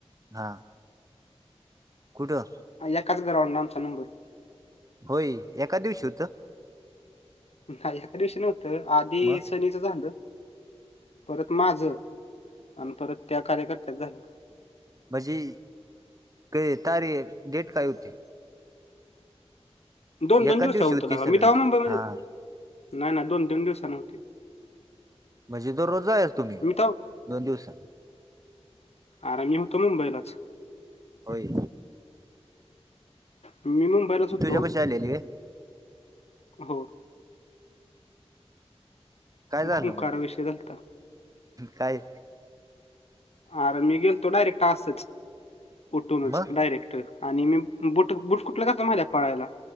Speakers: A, on the right; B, on the left.
A: हा. कुठं?
B: यकाच ग्राउंडनं आमचा नंबर.
A: होय एका दिवशी होतं?
B: नाही एका दिवशी नव्हतं आधी
A: मग
B: सनी चं झाल परत माझं अन परत त्या कार्यकर्त्याचं झालं.
A: म्हझी कय ता रे डेट काय होती?
B: दोन दोन
A: एकाच
B: दिवसाव
A: दिवशी
B: होतं
A: होती
B: लगा
A: सगळ्यांची
B: मी तवा मुंबई मधी
A: हा
B: नाही नाही दोन दोन दिवसानं होती.
A: म्हजे दररोज जायाच तुम्ही
B: मी तेव्हा
A: दोन दिवसानं?
B: आरं मी होतो मुंबईलाच.
A: होय
B: मी मुंबईलाच होतो
A: तुझ्यापशी आलेली होय?
B: हो.
A: काय झालं
B: खूप
A: म्हणजे
B: विषय झालता
A: काय?
B: आर मी गेलतो डायरेक्ट आसचं उठूनचं
A: मग
B: डायरे क्ट आणि मी बुट बुट कूटलं घाटलेलो म्हायताय पळायला?